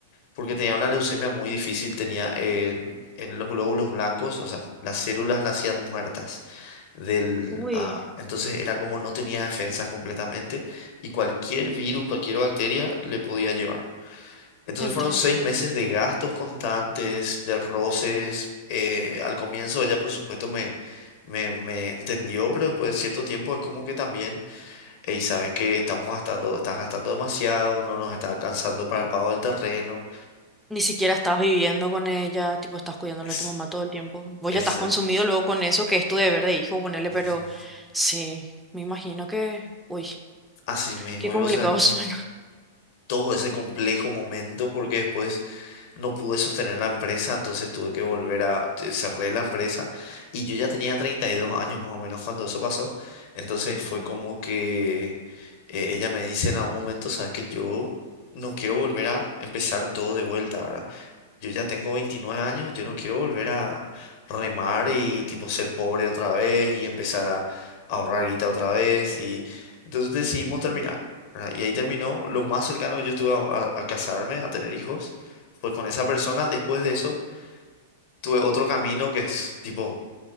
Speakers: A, on the left; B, in the centre.
A: porque tenía una leucemia muy difícil, tenía eh, en los glóbulos blancos, o sea, las células nacían muertas. Del,
B: Uy,
A: ah, entonces era como no tenía defensas completamente y cualquier virus, cualquier bacteria le podía llevar. Entonces
B: entiendo.
A: fueron seis meses de gastos constantes, de roces. eh, al comienzo ella, por supuesto, me, me, me entendió, pero después de cierto tiempo es como que también, y sabes que estamos gastando, estás gastando demasiado, no nos está alcanzando para el pago del terreno.
B: Ni siquiera estás viviendo con ella, tipo, estás cuidándole
A: Es,
B: a tu mamá todo el tiempo. Vos
A: esa-
B: ya estás consumido luego con eso, que es tu deber de hijo, ponerle,
A: ujú,
B: pero sí, me imagino que, uy,
A: así mismo,
B: qué complicado
A: y vos sabés que
B: <laughs> suena.
A: todo ese complejo momento, porque después no pude sostener la empresa, entonces tuve que volver a, eh, cerré la empresa y yo ya tenía 32 años más o menos cuando eso pasó, entonces
B: Ujú,
A: fue como que eh, ella me dice en algún momento, sabes que yo no quiero volver a empezar todo de vuelta, ¿verdad? Yo ya tengo 29 años, yo no quiero volver a remar y tipo ser pobre otra vez y empezar a ahorrar guita otra vez y entonces decidimos
B: ujú,
A: terminar. ¿verdad? Y ahí terminó lo más cercano que yo estuve a, a- a casarme, a tener hijos. Pues con esa persona, después de eso, tuve otro camino que es tipo,